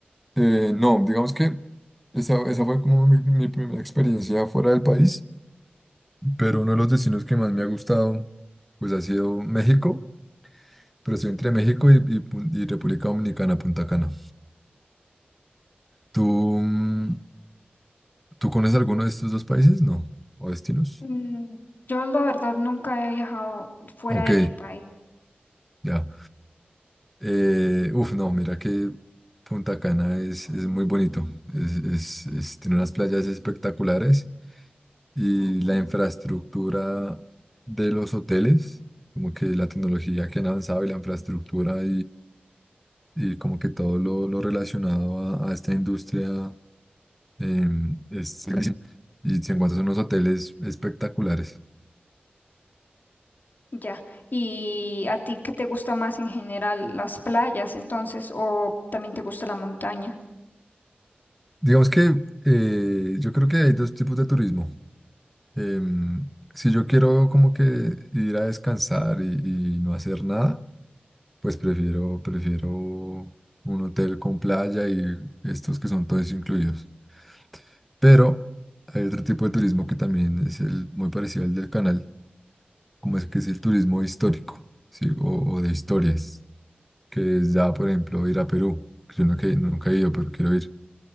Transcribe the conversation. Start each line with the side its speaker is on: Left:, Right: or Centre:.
Centre: Eh, no, digamos que esa, esa fue como mi, mi primera experiencia fuera del país. pero uno de los destinos que más me ha gustado, pues ha sido México, pero estoy entre México y, y Pun- y República Dominicana, Punta Cana. ¿Tú, mm, tú conoces alguno de estos dos países? No, o destinos.
Left: Mm, Yo la verdad nunca he viajado fuera
Centre: Ok,
Left: de mi país,
Centre: ya. Eh, uf, no, mira que Punta Cana es, es muy bonito, es, es- es- tiene unas playas espectaculares y la infraestructura de los hoteles, como que la tecnología que han avanzado y la infraestructura y como que todo lo, lo relacionado a, a esta industria em, es carísimo. Y se encuentran unos hoteles espectaculares.
Left: ya. ¿Y a ti qué te gusta más en general, las playas entonces, o también te gusta la montaña?
Centre: Digamos que eh, yo creo que hay dos tipos de turismo. Em, si yo quiero como que ir a descansar y, y no hacer nada, pues prefiero, prefiero un hotel con playa y estos que son todos incluidos. Pero hay otro tipo de turismo que también es el, muy parecido al del canal como es que es el turismo histórico, ¿sí? O, o de historias, que es ya, por ejemplo, ir a Perú, que yo nunca, he- nunca he ido, pero quiero ir